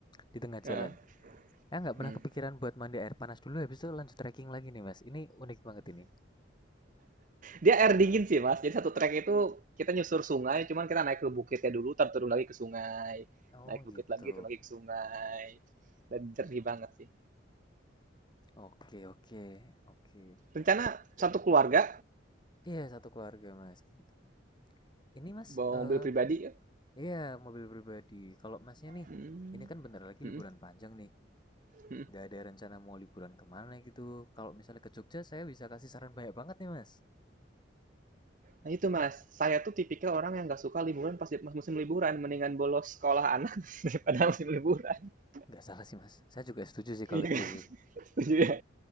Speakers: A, on the left; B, on the right.
A: di tengah jalan.
B: Nah,
A: Saya nggak pernah
B: hmm.
A: kepikiran buat mandi air panas dulu habis itu lanjut trekking lagi nih mas. Ini unik banget ini.
B: Dia air dingin sih, Mas. Jadi satu trek itu kita nyusur sungai, cuman kita naik ke bukitnya dulu, ntar turun lagi ke sungai.
A: Oh
B: Naik bukit
A: gitu.
B: lagi, turun lagi ke sungai. Dan jernih banget sih.
A: Oke oke oke.
B: Rencana satu keluarga,
A: Iya satu keluarga mas gitu. Ini mas
B: bawa
A: eh
B: mobil pribadi ya?
A: iya mobil pribadi. Kalau masnya nih
B: Hmm.
A: ini kan bentar lagi
B: Hmm.
A: liburan panjang nih.
B: Hmm.
A: Nggak ada rencana mau liburan kemana gitu. Kalau misalnya ke Jogja saya bisa kasih saran banyak banget nih mas.
B: Nah itu Mas, saya tuh tipikal orang yang nggak suka liburan pas di- pas musim liburan, mendingan bolos sekolah anak <laughs> daripada musim liburan. <laughs>
A: Nggak salah sih mas. Saya juga setuju sih kalau
B: Iya
A: gitu
B: kan?
A: sih.
B: Setuju ya?